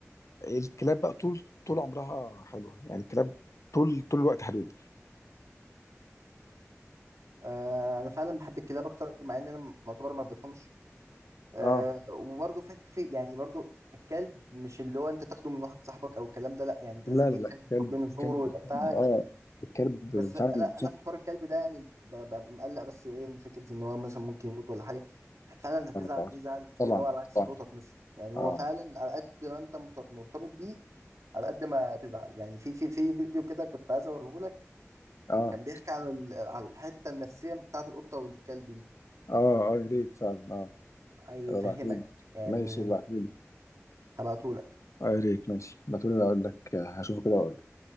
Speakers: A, on the left; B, on the right.
A: الكلاب بقى طول طول عمرها حلوة يعني الكلاب طول طول الوقت حلوين
B: آه، انا فعلا بحب الكلاب اكتر مع ان انا م- معتبر ما ربيتهمش آه
A: اه
B: وبرضه في في يعني برضه الكلب مش اللي هو انت تاخده من واحد صاحبك او الكلام ده لا يعني انت
A: لا
B: لازم تجيب
A: لا لا
B: كلب
A: الكلب
B: وتربيه من صغره
A: الكلب
B: ويبقى
A: الكلب
B: بتاعك
A: اه الكلب
B: بس انا
A: فعلا
B: انا في حوار الكلب ده يعني ب- ببقى مقلق بس ايه من فكره ان هو مثلا ممكن يموت ولا حاجه فعلا هتزعل
A: صح
B: ليه زعل كبير
A: طبعا
B: قوي على عكس
A: طبعا
B: القطط مثلا يعني هو
A: اه
B: فعلا على قد ما انت مت- مرتبط بيه على قد ما تزعل يعني في في في فيديو كده كنت عايز اوريه لك
A: اه
B: كان بيحكي عن ال- على الحته النفسيه بتاعت القطه والكلب دي
A: اه اه يا ريت فعلا اه
B: هيفهمك
A: ابعتهولي
B: يعني
A: ماشي ابعتهولي
B: هبعته لك
A: اه يا ريت ماشي ابعتهولي اقول لك آه، هشوفه كده واقول لك